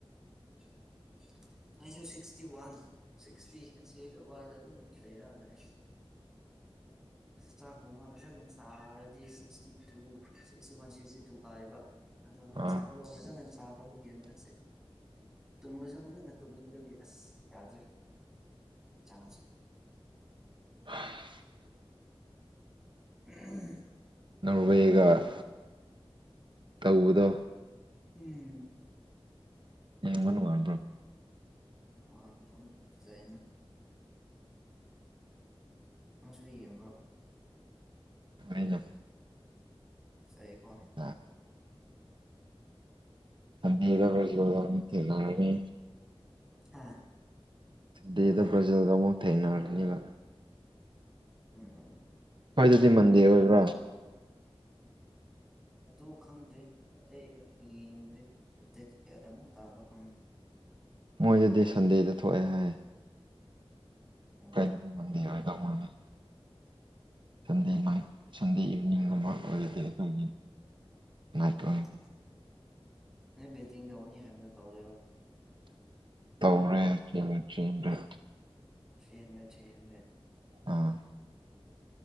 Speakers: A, in the centre; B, on the right.
A: <unintelligible> ꯑꯩꯁꯨ ꯁꯤꯛꯁꯇꯤ ꯋꯥꯟ ꯁꯤꯛꯁꯇꯤ ꯑꯁꯤ ꯋꯥꯏꯗ ꯑꯗꯨꯝ ꯂꯩꯔꯒ ꯂꯩꯔꯦ ꯆꯥꯛꯀꯨꯝꯕ ꯐꯖꯅ ꯆꯥꯔꯗꯤ sixty two sixty one sixty two ꯀꯥꯏꯑꯦꯕ ꯑꯗꯣ
B: ꯑꯥ
A: ꯆꯥꯛꯗꯣ ꯐꯖꯅ ꯆꯥꯗꯕꯒꯤ ꯍꯟꯗꯛꯁꯦ ꯇꯨꯝꯕꯁꯨ ꯐꯖꯅ ꯇꯨꯝꯗꯕꯒꯤ ꯑꯁ ꯌꯥꯗ꯭ꯔꯦ ꯍꯛꯆꯥꯡꯁꯦ
B: <unintelligible>
A: <unintelligible>
B: ꯅꯣꯔꯋꯦꯒ ꯇꯧꯕꯗꯣ
A: ꯎꯝ
B: ꯌꯦꯡꯕ ꯅꯨꯡꯉꯥꯏꯕ꯭ꯔꯣ
A: ꯑꯣ ꯍꯣꯏ ꯑꯗꯨꯝ ꯐꯖꯩꯅ ꯅꯪꯁꯨ ꯌꯦꯡꯕ꯭ꯔꯣ
B: ꯑꯩꯅ
A: ꯆꯩꯀꯣ
B: ꯑꯥ ꯑꯅꯩꯕ <unintelligible> ꯊꯦꯛꯅꯔꯅꯤ
A: ꯍꯥ
B: ꯗꯦꯗ ꯕ꯭ꯔꯖꯤꯜꯒ ꯀꯥꯡꯕꯨ ꯊꯦꯡꯅꯔꯅꯤꯕ
A: ꯎꯝ
B: ꯃꯣꯏꯗꯗꯤ ꯃꯟꯗꯦ
A: ꯑꯩ ꯕꯦꯠꯇꯤꯡ
B: ꯑꯣꯏꯕ꯭ꯔꯥ
A: ꯑꯗꯨ ꯈꯪꯗꯦ ꯑꯩ ꯌꯦꯡꯗ꯭ꯔꯤ ꯗꯦꯠ ꯀꯌꯥꯗ ꯑꯃꯨꯛ ꯇꯥꯕ꯭ꯔꯥ ꯈꯪ
B: ꯃꯣꯏꯗꯗꯤ ꯁꯟꯗꯦꯗ ꯊꯣꯛꯑꯦ ꯍꯥꯏ
A: ꯑꯣ
B: <unintelligible> ꯁꯟꯗꯦ ꯅꯥꯏꯠ ꯁꯟꯗꯦ ꯏꯚꯤꯅꯤꯡꯒꯨꯝꯕ ꯑꯣꯏꯔꯗꯤ ꯑꯩꯈꯣꯏꯒꯤ ꯅꯥꯏꯠ
A: ꯑꯣ
B: ꯑꯣꯏ
A: ꯅꯣꯏ ꯕꯦꯠꯇꯤꯡ ꯇꯧꯅꯤ ꯍꯥꯏꯕꯗꯣ ꯇꯧꯒꯦꯔꯣ
B: ꯇꯧꯔꯦ ꯊ꯭ꯔꯤꯍꯟꯗꯦꯠ ꯊ꯭ꯔꯤꯍꯟꯗꯦꯠ
A: ꯊ꯭ꯔꯤꯍꯟꯗꯦꯠ ꯊ꯭ꯔꯤꯍꯟꯗꯦꯠ
B: ꯑꯥ